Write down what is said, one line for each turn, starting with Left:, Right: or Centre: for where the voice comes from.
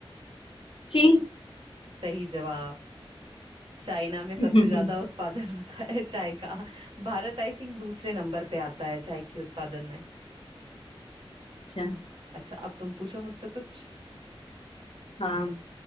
Left: चीन
Right: सही जवाब चाइना में सबसे
Left: <laughs>
Right: ज्यादा उत्पादन <laughs> होता है चाय का भारत आई थिंक दूसरे नंबर पे आता है चाय के उत्पादन में
Left: अच्छा
Right: अच्छा अब तुम पूछो मुझसे कुछ
Left: हाँ